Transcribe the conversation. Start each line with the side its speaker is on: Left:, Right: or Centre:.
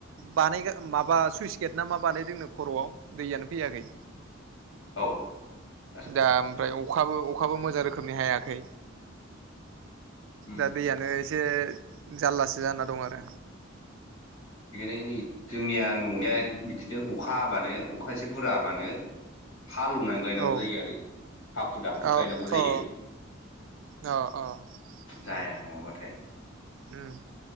Right: बानाय माबा सुइस गेना मा बानायदों नों खरआव दैखांनो फैयाखै।
Left: औ। आसा
Right: दा ओमफ्राय अखाबो अखाबो मोजां रोखोमनि हायाखै
Left: उम
Right: दा दैयानो एसे जारलासो जाना दं आरो।
Left: बिनिया नै जोंनिया ननिया बिदिनो अखा हाबानो अखा एसे बुरजा हाबानो हालौवनानै गायनांगौ
Right: औ
Left: जायो आरो हाखु दाखु
Right: अ
Left: गायनांगौ जायो
Right: अ अ अ
Left: जाया
Right: उम
Left: नङाबाथाय।
Right: उम